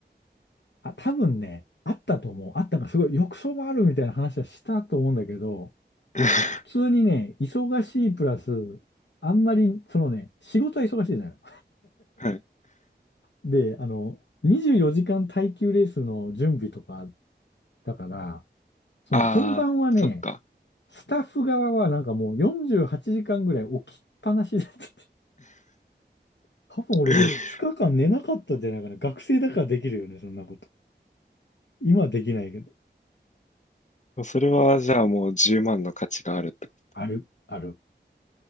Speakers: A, on the left (about 75°); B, on the left (about 40°).
A: あ、多分ね、あったと思う。あったか、すごい。浴槽もあるみたいな話はしたと思うんだけど、
B: <laughs>
A: 普通にね、忙しいプラス、あんまり、そのね、仕事は忙しいじゃない。
B: はい。
A: で、あの、24時間耐久レースの準備とかだから、その本番はね、
B: ああ、そっか。
A: スタッフ側はなんかもう48時間ぐらい起きっぱなしだったて。多分俺ね、
B: <laughs>
A: 2日間寝なかったんじゃないかな。学生だからできるよね、そんなこと。今はできないけど。
B: それは、じゃあもう10万の価値があるってこ
A: ある、ある。